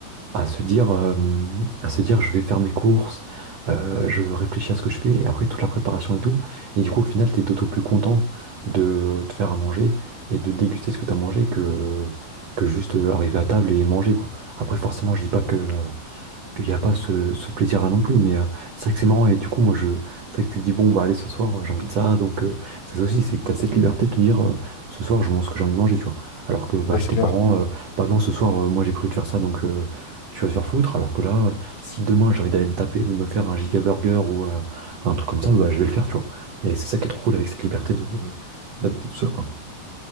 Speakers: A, on the right; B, on the left.
A: à se dire, euh, à se dire, je vais faire mes courses, euh, je réfléchis à ce que je fais, et après toute la préparation et tout. Et du coup, au final, t'es d'autant plus content de te faire à manger et de déguster ce que t'as mangé que, que juste euh, arriver à table et manger, quoi. Après, forcément, je dis pas que, qu'il n'y a pas ce, ce plaisir-là non plus. Mais euh, c'est vrai que c'est marrant. Et du coup, moi, je, c'est vrai que tu te dis, bon, bah, allez, ce soir, euh, j'ai envie de ça. Donc, euh, c'est ça aussi, c'est que tu as cette liberté de te dire, euh, ce soir, je mange ce que j'ai envie de manger, tu vois. Alors que, bah,
B: Ouais,
A: chez
B: c'est
A: tes
B: clair.
A: parents, euh, bah, non, ce soir, euh, moi, j'ai prévu de faire ça, donc, euh, tu vas te faire foutre. Alors que là, euh, si demain, j'ai envie d'aller me taper, de me faire un giga burger ou euh, un truc comme ça, bah, je vais le faire, tu vois. Et c'est ça qui est trop cool avec cette liberté de, euh, d'habiter tout seul, quoi.